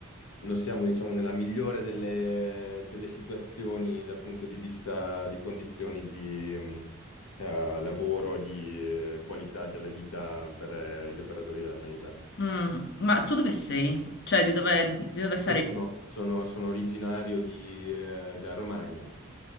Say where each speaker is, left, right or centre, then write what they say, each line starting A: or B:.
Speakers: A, on the left (about 80°); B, on the left (about 50°).
A: Non siamo, diciamo, nella migliore delle, delle situazioni dal punto di vista di condizioni di, mh, eh, lavoro, di eh, qualità della vita per eh, gli operatori della sanità.
B: Mm, ma tu dove sei? Cioè, di dove, di dove sarei?
A: Io sono, sono- sono originario di, eh, della Romagna,